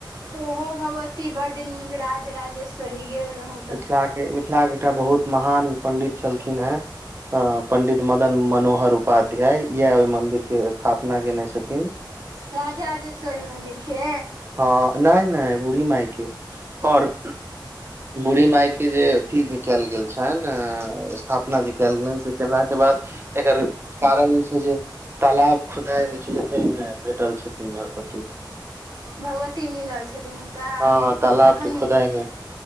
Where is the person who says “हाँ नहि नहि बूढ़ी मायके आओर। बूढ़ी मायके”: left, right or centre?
Right